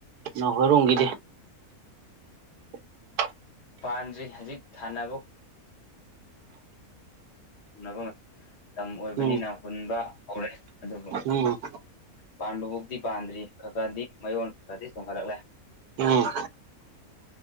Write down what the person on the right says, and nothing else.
ꯟꯏꯅꯥꯎ ꯍꯣꯏꯔꯣꯡꯝꯒꯤꯗꯤ
<inaudible>
ꯎꯝ
ꯎꯝ
ꯎꯝ